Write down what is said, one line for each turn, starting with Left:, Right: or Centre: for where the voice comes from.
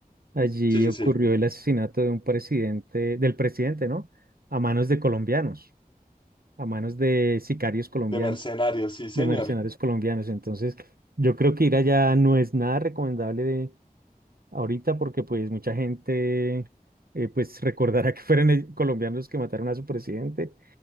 Right: allí
Left: sí, sí,
Right: ocurrió
Left: sí.
Right: el asesinato de un presidente, del presidente, ¿no? A manos de colombianos, a manos de sicarios colombianos,
Left: De mercenarios, sí, señor.
Right: de mercenarios colombianos. Entonces, yo creo que ir allá no es nada recomendable de ahorita porque pues mucha gente eh, pues recordará que fueron el- colombianos los que mataron a su presidente.